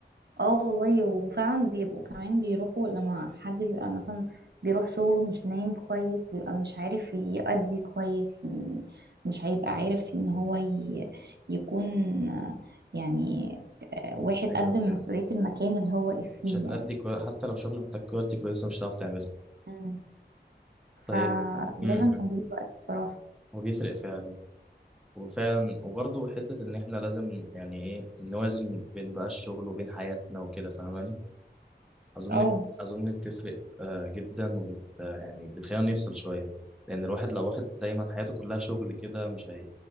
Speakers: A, on the right; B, in the centre.
A: اه والله وفعلا بيبقوا كمان بيروحوا لما حد بيبقى مثلا بيروح شغله مش نايم كويس بيبقى مش عارف يأدي كويس م- مش هيبقى عارف ان هو ي- يكون آه، يعني آه، واحد
B: ايوه
A: قدم
B: فاهم
A: مسؤولية المكان اللي هو واقف فيه
B: مش هتأدي
A: يعني
B: كوي... حتى لو شغل محتاج كواليتي كويسه مش هتعرف تعملها
A: مم.
B: طيب
A: فلازم
B: امم
A: تنظيم الوقت بصراحة
B: وبيفرق فعلا وفعلا وبرضه حته ان احنا لازم يعني ايه نوازن بين بقى الشغل وبين حياتنا وكده فاهماني اظن
A: اه
B: اظن بتفرق آه، جدا وبت آه، يعني بتخلينا نفصل شويه لان الواحد لو واخد دايما حياته كلها شغل كده مش هي...